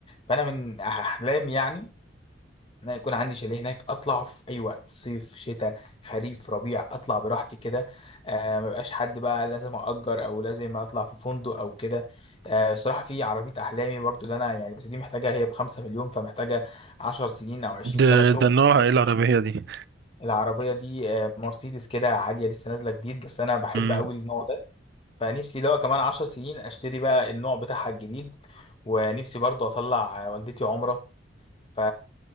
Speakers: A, on the left; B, on the right.
A: فانا من احلامي يعني ان أنا يكون عندي شاليه هناك اطلع في اي وقت صيف شتاء خريف ربيع اطلع براحتي كده آه مبقاش حد بقى لازم اجر او لازم اطلع في فندق او كده آه صراحه في عربيه احلامي برضو اللي انا يعني بس دي محتاجه هي بخمسة مليون فمحتاجه عشر سنين او عشرين
B: ده
A: سنه شغل
B: ده نوعها ايه العربيه دي
A: العربية دي آه، مرسيدس كده عادية لسه نازلة جديد بس أنا بحب
B: مم.
A: أوي النوع ده فنفسي لو كمان عشر سنين أشتري بقى النوع بتاعها الجديد ونفسي برضو أطلع آه، والدتي عمرة ف